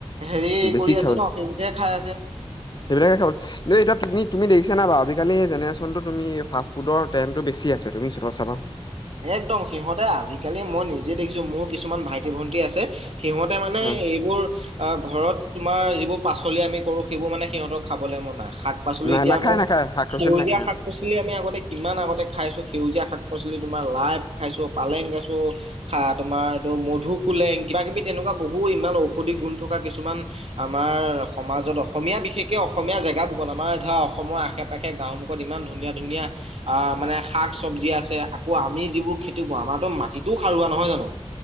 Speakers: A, on the right (about 75°); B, on the left (about 40°).
A: হেৰি
B: বেছি
A: কৰি
B: <unintelligible>
A: আছে ন সেইবোৰহে খাই আছে।
B: সেইবিলাকে খাব দে এতিয়া তুমি-তুমি দে খিছা নাই বাও আজিকালি জেনেৰেচনটো তুমি ফাষ্ট ফুডৰ ট্ৰেণ্ডটো বেছি আছে তুমি চব চাবাচোন।
A: একদম সিহঁতে আজিকালি মই নিজে দেখিছো মোৰ কিছুমান ভাইটি- ভন্টি আছে সিহঁতে মানে
B: অ
A: এইবোৰ অ, ঘৰত তোমাৰ যিবোৰ পাচলি আমি কৰোঁ সেইবোৰ মানে সিহঁতক খাবলৈ মন নাই। শাক-পাচলি
B: নাই
A: এতিয়া
B: নাখায়
A: আমাৰ
B: নাখায় শাক পাচলি
A: সেউজীয়া
B: নাখায়
A: শাক
B: অ
A: পাচলি আমি আগতে কিমান আগতে খাইছো সেউজীয়া শাক পাচলি তোমাৰ লাই খাইছো, পালেং খাইছো, খা তোমাৰ এইটো মধু খোলেং কিবা কিবি তেনেকুৱা বহুত অ, ইমান ঔষধি গুণ থকা কিছুমান আমাৰ সমাজত অসমীয়া বিশেষকে অসমীয়া জেগা <unintelligible> আমাৰ হয় ধৰা অসমৰ আশে পাশে গাওমোখত ইমান ধুনীয়া -ধুনীয়া আ মানে শাক চব্জি আছে ক আমি যিবোৰ খেতি কৰো আমাৰতো মাটিতো সাৰুৱা নহয় জানো।